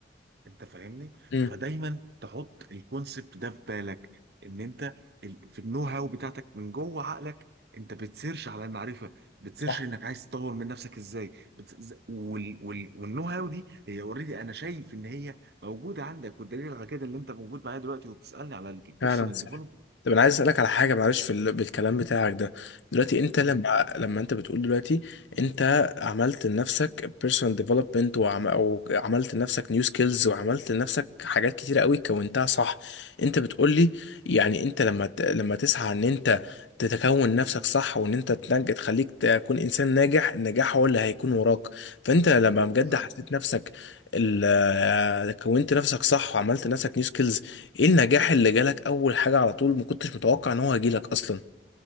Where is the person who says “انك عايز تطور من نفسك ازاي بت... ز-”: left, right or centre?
Right